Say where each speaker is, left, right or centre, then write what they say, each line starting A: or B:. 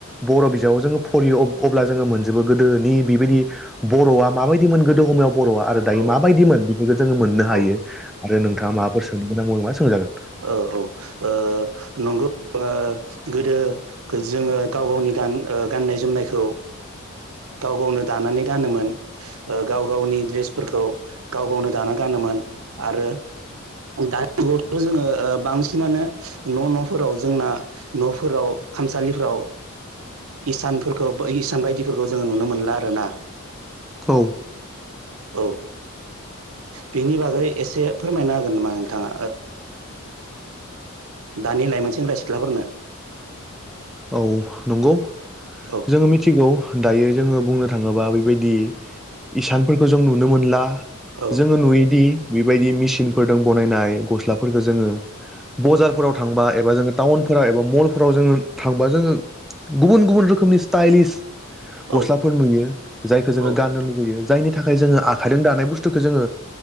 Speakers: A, in the centre; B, on the right.
A: बर' बिजाबाव जोङो फरायो अब्ला जोङो मोनजोबो गोदोनि बेबायदि बर'आ माबायदि मोन गोदो समाव बर'आ आरो दायो
B: औ
A: माबायदिमोन बेफोरखौ जोङो मोननो हायो
B: औ
A: आरो नोंथाङा माबाफोर सोंनो गोनां दंफां मा सोंजागोन
B: औ औ नंगौ गोदो जोङो गाव गावनि गान गाननाय जोमनायखौ गाव गावनो दानानै गानोमोन गाव गावनि द्रेस फोरखौ गाव गावनो दाना गानोमोन आरो दानि जुगावथ' जोङो बांसिनानो न' न'फोराव जोंना न'फोराव खामसालिफ्राव इसानफोरखौ इसान बायदिफोरखौ जोङो नुनो मोनला आरोना
A: औ
B: औ बेनि बागै एसे फोरमायना जागोन नामा नोंथाङा दानि लाइमोन सेंग्रा सिख्लाफोरनो
A: औ नंगौ
B: औ
A: जोङो मिथिगौ दायो जोङो बुंनो थाङोब्ला बेबायदि इसानफोरखौ जों नुनो मोनला
B: औ
A: जोङो नुयोदि बेबायदि मेसिनफोरजों बनायनाय गस्ला फोरखो जोङो बजारफोराव थांबा एबा जोङो टाउनफोराव एबा मलफोराव जोङो थांबा जोङो गुबुन गुबुन रोखोमनि स्टाइलिस गस्लाफोर
B: औ
A: नुयो जायखौ जोङो
B: औ
A: गाननो लुुबैयो जायनि थाखाय जोङो आखाइजों दानाय बुस्थु बुथुखौ जोङो